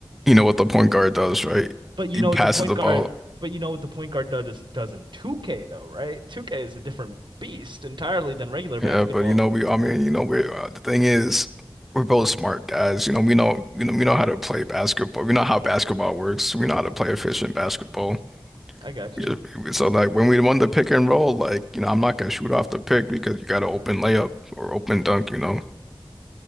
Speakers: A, in the centre; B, on the right (about 55°).
A: You know what the point guard does, right?
B: But you
A: He
B: know
A: passes
B: what the point
A: the
B: guard,
A: ball.
B: but you know what the point guard does does in 2K though, right? 2K is a different beast entirely than regular basketball.
A: Yeah, but you know, we, I mean, you know, we, uh, the thing is, we're both smart guys. You know, we know, you know, we know how to play basketball. We know how basketball works. We know how to play efficient basketball.
B: I got
A: We
B: you.
A: just, we- so like when we won the pick and roll, like, you know, I'm not gonna shoot off the pick because you got to open layup or open dunk, you know.